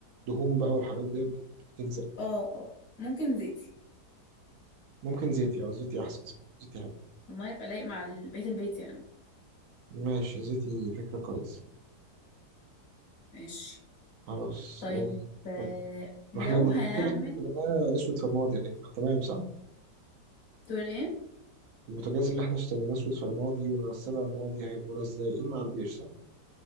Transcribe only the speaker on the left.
اه اه ممكن زيتي
المية يبقى لايق مع البيت البيت يعني
ماشي
طيب
آه،
لو
هنعمل
تقول ايه